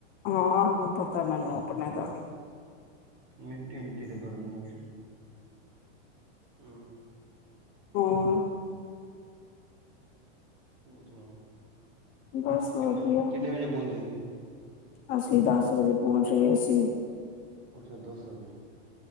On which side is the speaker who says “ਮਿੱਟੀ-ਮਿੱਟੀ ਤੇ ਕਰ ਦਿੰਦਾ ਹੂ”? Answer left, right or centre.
Right